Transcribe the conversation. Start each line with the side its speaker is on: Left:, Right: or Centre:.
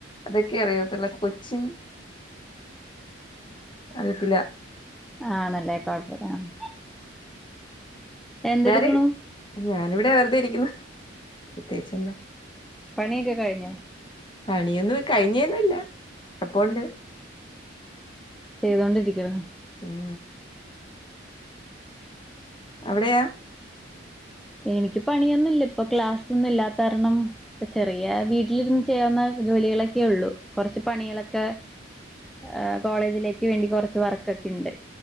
Left: അതൊക്കെ അറിയത്തൊള്ളൂ കൊച്ചിൻ അറിയത്തില്ല
Centre: ആണല്ലേ കൊഴപ്പില്ല ആഹ് എന്തെടുക്കണു
Left: മ്യാരി ഞാനിവിടെ വെറുതെ ഇരിക്കുന്ന് പ്രത്യേകിച്ചെന്നാ
Centre: പണിയെക്കെ കഴിഞ്ഞോ
Left: പണിയൊന്നും കഴിഞ്ഞേന്നുവില്ല കെടപ്പോണ്ട്
Centre: ചെയ്തോണ്ടിരിക്കാണോ
Left: ഉം എവ്ടെയാ
Centre: എനിക്ക് പണിയൊന്നില്ലപ്പൊ ക്ലാസൊന്നും ഇല്ലാത്താരണം ഇപ്പ ചെറിയ വീട്ടിലിര്ന്ന് ചെയ്യാവുന്ന ജോലികളൊക്കെയൊള്ളു കൊറച്ച് പണികളക്കെ ഏഹ് കോളേജിലേക്ക് വേണ്ടി കൊറച്ച് വർക്കെക്കിണ്ട്